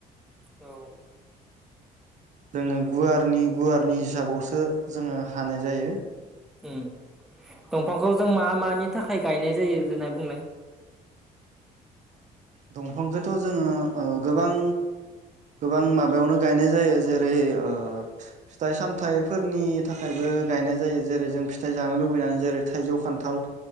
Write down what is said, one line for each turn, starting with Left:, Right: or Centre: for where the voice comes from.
Centre: औ
Right: जोङो गुवारनि गुवार नि हिसाबावसो जोङो हानाय जायो।
Centre: ओम दंफांखौ जों मा मानि थाखाय गायनाय जायो देनाय बुंलाय।
Right: दंफांखौथ' जोङो ओ गोबां गोबां माबायावनो गायनाय जायो जेरै ओ फिथाइ सामथाइफोरनि थाखायबो गायनाय जायो जेरै जों फिथाइ जानो लुबैनानै जेरै थाइजौ खान्थाल।